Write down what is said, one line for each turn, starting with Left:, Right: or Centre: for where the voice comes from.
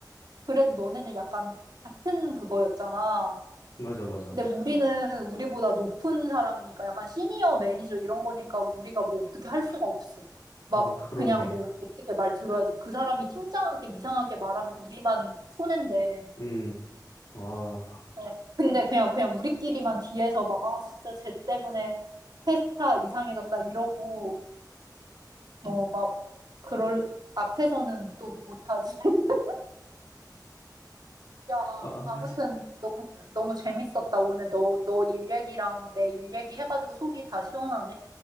Right: 그래도 너네는 약간 같은 그거였잖아.
Left: 맞아, 맞아.
Right: 근데 우리는 우리보다 높은 사람이니까 약간 시니어 매니저 이런 거니까 우리가 뭐 어떻게 할 수가 없어. 막
Left: 아, 그러네.
Right: 그냥 뭐 어떻게 말 들어야지. 그 사람이 팀장한테 이상하게 말하면 우리만 손해인데.
Left: 음. 아,
Right: 어, 근데 그냥 그냥 우리끼리만 뒤에서 막 아 진짜 쟤 때문에 회사 이상해졌다 이러고 뭐 막 그럴 앞에서는 또 못하지. <laughs> 야,
Left: 아,
Right: 아무튼
Left: 아, 진-
Right: 너무 너무 재밌었다. 오늘 너 너 일 얘기랑 내 일 얘기 해가지고 속이 다 시원하네.